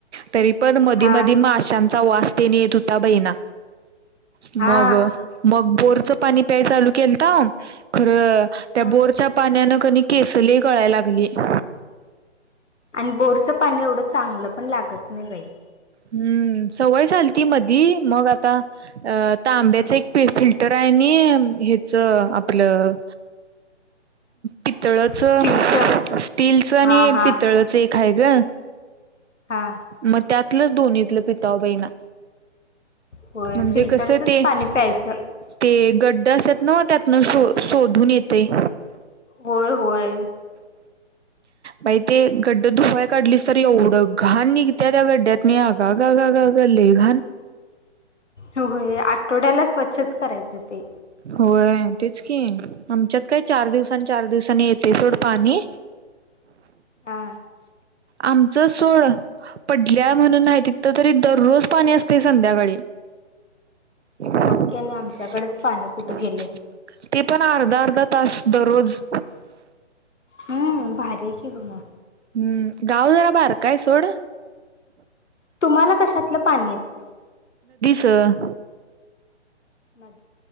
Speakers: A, on the right; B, on the left.
A: तरी पण मधी
B: हा
A: मधी म आशांचा वास त्यांने येत होता बहीणा मग
B: हा
A: मग बोरचं पाणी प्याय चालू केलं खर त्या
B: हा
A: बोरच्या क केसली कळाय लागली <unintelligible>
B: आणि बोरचं पाणी एवढं चांगलं पण लागत नाही बाई
A: हम्म सवय झालती मधी मग आता तांब्याचं एक फिल्टर आहे हेच आपलं पितळाच
B: स्टीलच
A: स्टीलचं आणि
B: हा हा
A: पितळाच स्टील एक आहे ग
B: हा
A: मग त्यातलंच दोन्हीतलं पिता बहिणा
B: होय
A: म्हणजे
B: फिल्टरचच
A: कस ते ते
B: पाणी प्यायचं.
A: ते गड्डा असतात ना, त्यातून शोधून येतंय.
B: होय होय.
A: बाई ते गड्डा धुवायला काढलीस न तरी एवढी घाण घाण निघत्या गड्यातनी आगा ग ग ग लय घाण
B: हो होय आठवड्याला स्वच्छच करायचं ते
A: होय तेच की आमच्यात काय चार दिवसांनी चार दिवसांनी येते सोड पाणी
B: हा.
A: आमचं सोड पडल्या म्हणून नाही तिथं तरी दररोज पाणी असते संध्याकाळी <unintelligible>
B: बघकी आणि आमच्याकडेच पाणी कुठे गेले.
A: ते पण अर्धा अर्धा तास दर रोज
B: हम भारी आहे कि ग मग.
A: हम्म गाव जरा बारका हाय सोड
B: तुम्हाला कशातलं पाणी येते?
A: तर.
B: म